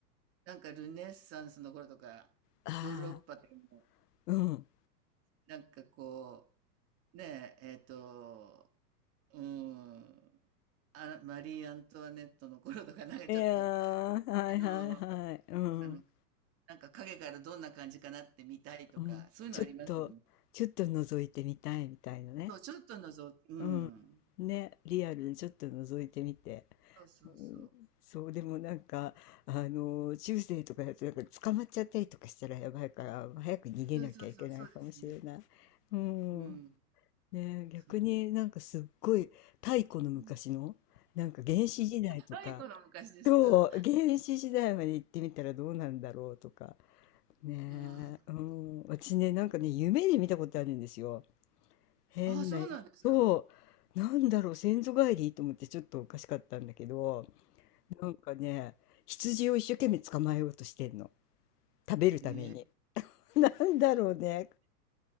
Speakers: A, on the right; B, on the left.
A: なんかルネッサンスの頃とか、
B: あ
A: ヨーロッパでも、
B: あ、うん。
A: なんかこう、ねえ、えっと、うん、あ、マリー・アントワネットの頃とか、なんかちょっと、
B: いや
A: あ
B: ー、はいはいはい。
A: の、
B: うん。
A: あの、なんか影からどんな感じかなって見たいとか、
B: うん。
A: そういうのありますよね。
B: ちょっと、ちょっと覗いてみたいみたいなね。
A: そう、ちょっとのぞ、うん。
B: うん。ね、リアルにちょっと覗いてみて。
A: そうそうそう。
B: うん、そうでもなんかあの中世とかだとなんか捕まっちゃったりとかしたらやばいから早く逃げなきゃいけないかもしれない。
A: そうそうそう、そうですね。
B: うん
A: う
B: ねえ、逆になんかすっごい太古の昔のなんか原始時代とか
A: ん。それも若い頃、昔ですか？
B: そう原始時代まで行ってみたらどうなんだろうとかねえ、
A: あ
B: うん、私ねなんかね夢で見たことあるんですよ変なそうなんだろう先祖返りと思ってちょっとおかしかったんだけど
A: あ。あ、そうなんですか。
B: なんかね羊を一生懸命捕まえようとしてんの食べるために
A: ええ。
B: <laughs> なんだろうね